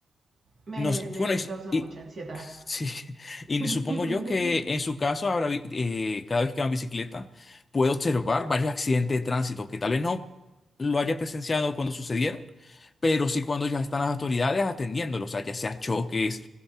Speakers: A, on the right (about 40°); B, on the left (about 30°).
A: Me,
B: No, sé,
A: me,
B: bueno,
A: me
B: y,
A: causa mucha
B: y-
A: ansiedad.
B: sí, <laughs> y
A: <laughs>
B: supongo yo que en su caso, habrá, vi- eh, cada vez que va en bicicleta, puede observar varios accidentes de tránsito que tal vez no lo haya presenciado cuando sucedieron, pero sí cuando ya están las autoridades atendiéndolos, o sea, ya sea choques,